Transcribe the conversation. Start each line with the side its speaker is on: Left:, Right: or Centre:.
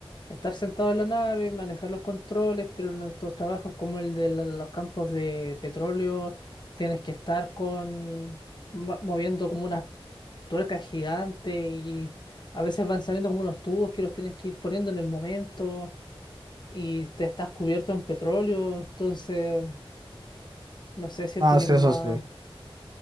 Left: estar sentado en la nave, manejar los controles, pero en estos trabajos como el de la- los campos de petróleo, tienes que estar con ma- moviendo como unas tuercas gigantes y a veces van saliendo como unos tubos que los tienes que ir poniendo en el momento. y te estás cubierto en petróleo, entonces, no sé, siento
Right: No,
Left: que
Right: sí,
Left: es más,
Right: eso sí.